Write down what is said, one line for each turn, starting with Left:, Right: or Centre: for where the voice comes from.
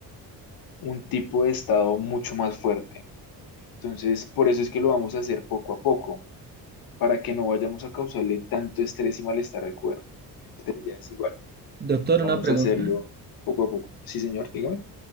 Left: un tipo de estado mucho más fuerte. Entonces, por eso es que lo vamos a hacer poco a poco, para que no vayamos a causarle tanto estrés y malestar al cuerpo. Entonces, ya es igual,
Right: Doctor,
Left: vamos
Right: una pregunta.
Left: a hacerlo poco a poco. Sí, señor, dígame.